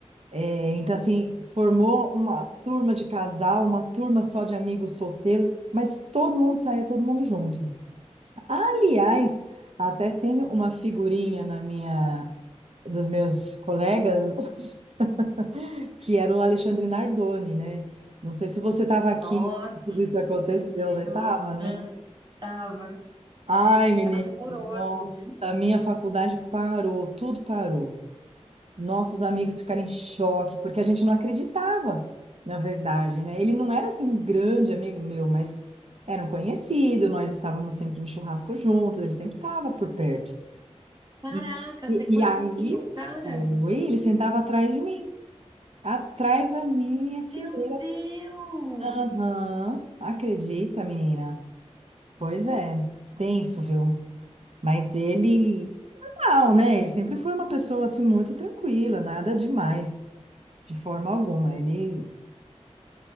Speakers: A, on the right; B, on the right.
A: É, Então, assim, formou uma turma de casal, uma turma só de amigos solteiros, mas todo mundo saía, todo mundo junto. Aliás, até tem uma figurinha na minha, dos meus colegas, <laughs> que era o Alexandre Nardoni, né? Não sei se você estava aqui,
B: Nossa,
A: tudo isso aconteceu,
B: meu Deus,
A: né? Tava, né?
B: ah, tava
A: Ai, menina,
B: caso horroroso,
A: nossa,
B: né?
A: a minha faculdade parou, tudo parou. Nossos amigos ficaram em choque, porque a gente não acreditava, na verdade, né? Ele não era assim um grande amigo meu, mas era um conhecido, nós estávamos sempre no churrasco juntos, ele sempre estava por perto.
B: Caraca,
A: E, e,
B: você conhecia
A: e aí,
B: o cara?
A: foi, ele sentava atrás de mim, atrás da minha fileira.
B: Meu Deus!
A: Aham, acredita, menina? Pois é, tenso, viu? Mas ele, não, né? Ele sempre foi uma pessoa assim muito tranquila, nada demais, de forma alguma. Ele